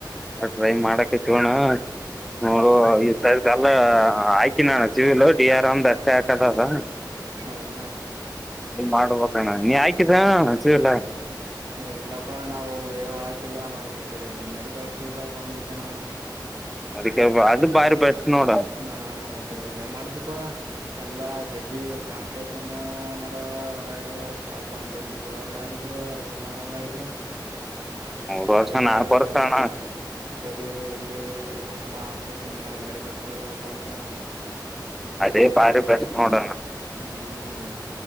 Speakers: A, in the centre; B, on the right.
A: ಅ ಟ್ರೈ ಮಾಡಕಟಿವ್ ಅಣ್ಣಾ ನೋಡು
B: ಹ್ಮ್ ಹ್ಮ್
A: ಇ ಸರ್ತಿ ಅಲ್ಲ ಐಯ್. ಸಿವಲು ಡಿ ರ್ ಮ್ ಒಂದ ಅಷ್ಟ್ ಹಾಕದ ಅದಾ.
B: ಹೌದನಾ
A: ಇಲ್ಲಿ ಮಾಡ ಹೋಗಣ ನೀ ಆಯ್ಕಿದ ಹಸಿವಲ್ಲಾ.
B: ಹ ಇಲ್ಲಪ್ಪಾ ನಾವು. ಲ್ಲಾ ನಾನ ಈ ಕಡೆ ಮೆಡಿಕಲ್ ಫೀಲ್ಡ್ಗ ಬಂದ್ಬಿಟ್ಟೆ ನಾನು.
A: ಅದಕ್ಕೆ ಅದು ಭಾರಿ ಬೆಸ್ಟ್ ನೋಡ.
B: ಹಾ ಮತ್ತೆ ಏನ್ ಮಾಡದಿಪಾ ಎಲ್ಲಾ ಜಗ್ಗಿ ಕಾಂಪಿಟೇಷನ್ ನಡದದ ಅದರಗಿದ್ರ ಕಾಲ್ಫಾರ್ಮ್ ಜಲ್. ಇ ಬಿಡಲ್ಲಾಗಿದ್ರ ಇದು ಮಾಡಲ್ಲಿದ್ರ.
A: ಮೂರ್ ವರ್ಷ
B: ಅದಕ್ಕೆ
A: ನಾಲ್ಕು ವರ್ಷ ಅಣ್ಣ
B: ಅದಕ್ಕ ತೇಲಿ ಎಲ್ಲಿ ಕೆಡುಸ್ಕೊಳಪ್ಪ ಅಂತ ಸುಮ್ಮ ಮೆಡ್. ಫೀಲ್ಡ್ನಾಗ್ ಬಂದ್ಬಿಟ್ಟು ನಮ್
A: ಅದೇ ಪಾರ ಪ್ರಶ್ನೆ ನೋಡೋಣ
B: ಹ್ಮ್